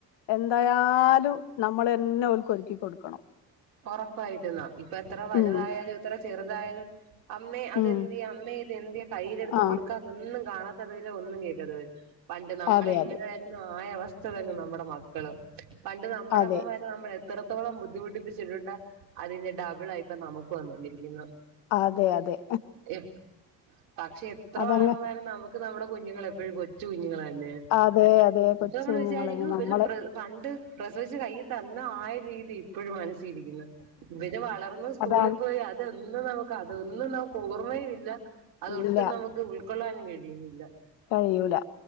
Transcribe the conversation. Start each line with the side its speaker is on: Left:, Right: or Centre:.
Left: എന്തായാലും നമ്മളന്നെ ഓൽക്ക് ഒരുക്കി കൊടുക്കണം.
Right: ഉറപ്പായിട്ടും ന ഇപ്പ എത്ര വലുതായാലും
Left: ഉം
Right: എത്ര ചെറുതായാലും അമ്മേ അതെന്തിയെ
Left: ഉം
Right: അമ്മേ ഇത് എന്തിയേ കയ്യിലെടുത്ത്
Left: ആ
Right: കൊടുക്കാ ഒന്നും കാണാത്തതുല്ലാ ഒന്നും കേൾക്കാതെ വരും പണ്ട് നമ്മളെങ്ങനെ
Left: അതെ അതെ
Right: <unintelligible> രുന്നോ ആയവസ്ഥ തരും നമ്മുടെ മക്കളും പണ്ട് നമ്മുടെ
Left: അതെ
Right: അമ്മമാരെ നമ്മൾ എത്രത്തോളം ബുദ്ധിമുട്ടിപ്പിച്ചി ച്ചിട്ടുണ്ടോ അതിന്റെ ഡബിളാ ഇപ്പോ നമുക്ക് വന്നോണ്ടിരിക്കുന്നെ.
Left: അതെ അതെ
Right: ഇ പക്ഷേ എത്ര
Left: അതങ്ങ്
Right: വളർന്നാലും നമു ക്ക് നമ്മുടെ കുഞ്ഞുങ്ങൾ എപ്പഴും കൊച്ചു കുഞ്ഞുങ്ങളന്നെയാ
Left: അതെ അതെ
Right: <unintelligible>
Left: കൊച്ചു
Right: നമ്മൾ
Left: കുഞ്ഞുങ്ങളെ
Right: വിചാരിക്കും
Left: നമ്മളെ
Right: പിന്നെ പ്ര പണ്ട് പ്രസവിച്ചു കയ്യി തന്ന ആ രീതി ഇപ്പോഴും മനസ്സിലിരിക്കുന്നെ. ഇവര് വളർന്നു സ്കൂളി
Left: അതാണ്
Right: പോയി അത് തൊന്നും നമുക്ക് അതൊന്നും നമുക്ക് ഓർമ്മയും ഇല്ല അതൊട്ടും
Left: ഇല്ല
Right: നമുക്ക് ഉൾ ക്കൊള്ളാനും കഴിയുന്നില്ല.
Left: കഴിയൂലാ